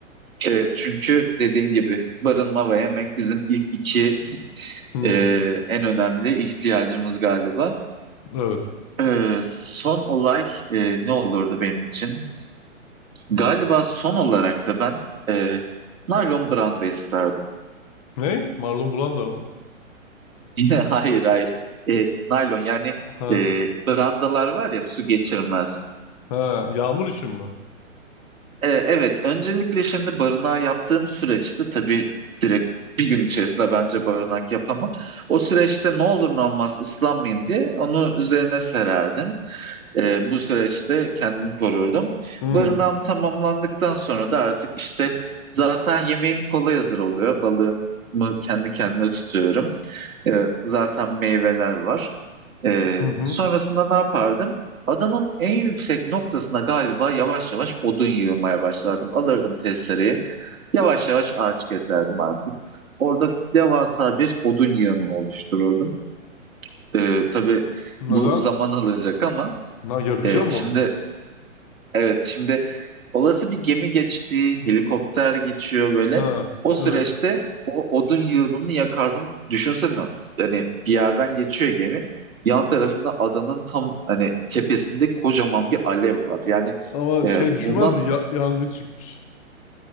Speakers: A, on the right; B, on the left.
A: E, çünkü dediğin gibi barınma ve yemek bizim ilk iki
B: Hı.
A: e, en önemli ihtiyacımız galiba.
B: Evet.
A: E, son olay e, ne olurdu benim için? Galiba son olarak da ben e, naylon branda isterdim.
B: Ne? Marlon Brando mı?
A: <laughs> Yine hayır hayır. E, naylon yani
B: Ha.
A: e, brandalar var ya su geçirmez.
B: Ha. Yağmur için mi?
A: E, evet öncelikle şimdi barınağı yaptığım süreçte tabii direkt bir gün içerisinde bence barınak yapamam. O süreçte ne olur ne olmaz ıslanmayayım diye onu üzerine sererdim. Ee, bu süreçte kendimi korurdum.
B: Hı.
A: Barınağım tamamlandıktan sonra da artık işte zaten yemeğim kolay hazır oluyor. Balığımı kendi kendine tutuyorum. Ee, zaten meyveler var. Ee,
B: Hı hı.
A: sonrasında ne yapardım? Adanın en yüksek noktasına galiba yavaş yavaş odun yığmaya başlardım. Alırdım testereyi. Yavaş yavaş ağaç keserdim artık. Orada devasa bir odun yığını oluştururdum. Ee, tabii
B: Neden?
A: bu zaman alacak ama
B: Na, yakacağım
A: e, şimdi
B: mı onu?
A: Evet, şimdi olası bir gemi geçti, helikopter geçiyor
B: Ha.
A: böyle. O süreçte
B: Evet.
A: o odun yığınını yakardım. Düşünsene hani bir yerden geçiyor gemi. Yan tarafında adanın tam hani tepesinde kocaman bir alev var. Yani
B: Ama
A: e,
B: şey düşünmez
A: bundan
B: mi? Ya- yangın çıkmış.